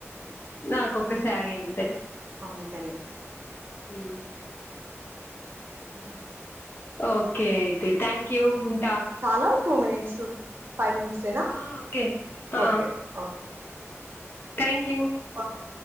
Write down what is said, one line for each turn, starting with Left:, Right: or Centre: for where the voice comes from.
Left: నాకొక్క శారీ అంతే
Right: అంతేలే
Left: ఉమ్
Right: ఉ
Left: ఓకే అయితే థ్యాంక్ యూ ఉంటా
Right: చాలా టూ మినిట్స్ ఫైవ్ మినిట్స్ ఏనా
Left: హా ఓకే ఆ
Right: okay okay
Left: thank you
Right: okay